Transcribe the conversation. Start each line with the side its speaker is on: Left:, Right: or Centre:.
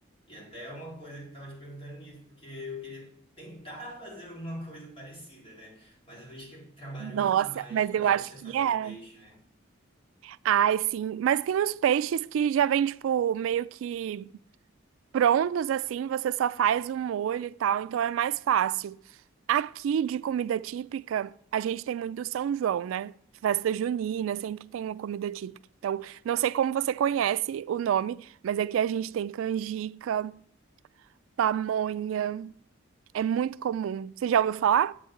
Left: E até uma coisa que eu estava te perguntando nisso, porque eu queria tentar <laughs> fazer alguma coisa parecida, né? Mas eu vejo que é trabalhoso
Right: nossa,
Left: demais,
Right: mas
Left: por
Right: eu
Left: exemplo,
Right: acho
Left: você fazer
Right: que é.
Left: um peixe, né?
Right: Ai, sim. Mas tem uns peixes que já vem, tipo, meio que prontos assim, você só faz o molho e tal, então é mais fácil. Aqui de comida típica, a gente tem muito do São João, né? Festa junina, sempre tem uma comida típica. Então, não sei como você conhece o nome, mas aqui a gente tem canjica, pamonha, é muito comum. Você já ouviu falar?